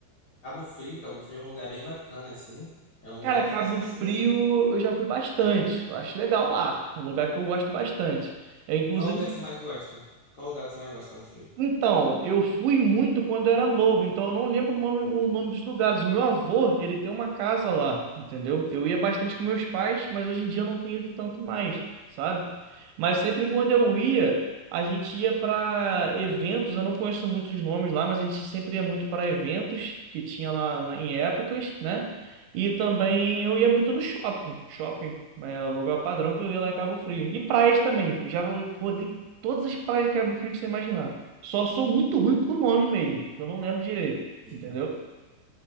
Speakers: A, on the left; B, on the right.
A: Cabo Frio, Cabo Frio é um lugar bem bacana, assim. É um
B: Cara,
A: lugar de fácil
B: Cabo
A: acesso.
B: Frio
A: né?
B: eu já fui bastante. Eu acho legal lá. Um lugar que eu gosto bastante. É inclusive
A: Qual lugar que você mais gosta? Qual lugar que você mais gosta de Cabo Frio?
B: Então, eu fui muito quando eu era novo, então eu não lembro o nome, o nome dos lugares. O meu avô, ele tem uma casa lá, entendeu? Eu ia bastante com meus pais, mas hoje em dia eu não tenho ido tanto mais, sabe? Mas sempre quando eu ia, a gente ia para eventos, eu não conheço muitos nomes lá, mas a gente sempre ia muito para eventos que tinha lá na- em épocas, né? E também eu ia muito no shopping, shopping, é o lugar padrão que eu ia lá em Cabo Frio. E praias também, eu já rodei todas as praias de Cabo Frio que você imaginar. Só sou muito ruim com o nome mesmo. que Eu não lembro direito,
A: Uhum.
B: entendeu?